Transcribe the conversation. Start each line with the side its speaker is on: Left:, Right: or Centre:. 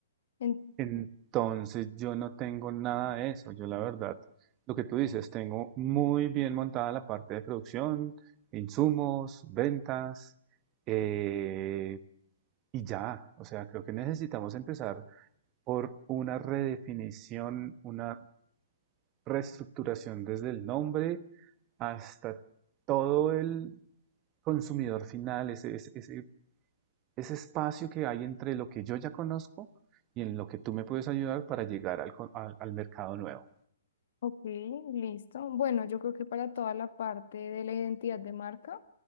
Left: En-
Right: Entonces yo no tengo nada de eso. Yo la verdad, lo que tú dices, tengo muy bien montada la parte de producción, insumos, ventas, eh, y ya. O sea, creo que necesitamos empezar por una redefinición, una reestructuración desde el nombre hasta todo el consumidor final, ese, ese, ese- espacio que hay entre lo que yo ya conozco y en lo que tú me puedes ayudar para llegar al, al- al mercado nuevo.
Left: Ok, listo. Bueno, yo creo que para toda la parte de la identidad de marca